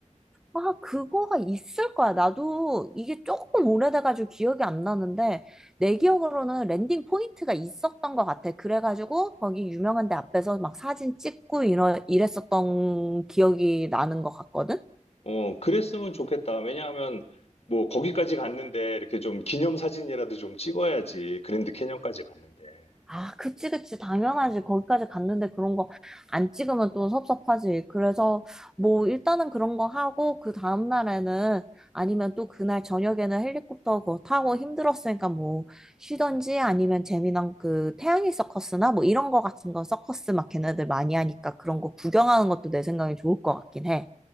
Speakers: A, in the centre; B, on the left.
A: 아, 그거가 있을 거야. 나도 이게 조금 오래돼가지고 기억이 안 나는데 내 기억으로는 랜딩 포인트가 있었던 것 같아. 그래가지고 거기 유명한 데 앞에서 막 사진 찍고 이러, 이랬었던 기억이 나는 것 같거든.
B: 어, 그랬으면 좋겠다. 왜냐하면 뭐 거기까지 갔는데 이렇게 좀 기념 사진이라도 좀 찍어야지. 그랜드 캐년까지 갔는데.
A: 아, 그치, 그치. 당연하지. 거기까지 갔는데 그런 거 안 찍으면 또 섭섭하지. 그래서 뭐 일단은 그런 거 하고 그 다음 날에는 아니면 또 그날 저녁에는 헬리콥터 그거 타고 힘들었으니까 뭐 쉬던지 아니면 재미난 그 태양의 서커스나 뭐 이런 거 같은 거 서커스 막 걔네들 많이 하니까 그런 거 구경하는 것도 내 생각에 좋을 것 같긴 해.